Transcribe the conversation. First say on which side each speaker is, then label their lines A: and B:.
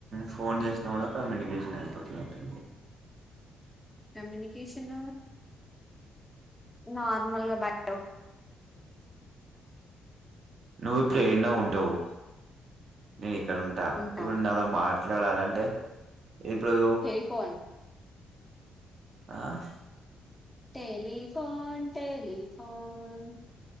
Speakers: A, on the right (about 55°); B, in the centre.
A: ఫోన్ చేసినా కూడా కమ్యూనికేషన్ అయిపోతుందింతే
B: కమ్యూనికేషన్ నార్మల్ గా బయ
A: నువ్ ఇప్పుడు ఎన్నా ఉంటావు నేను ఇక్కడుంటా
B: ఉంటా
A: ఇప్పుడు నాతో మా మాట్లాడాలంటే ఇప్పుడు
B: టెలిఫోన్
A: ఆహ్
B: టెలిఫోన్ టెలిఫోన్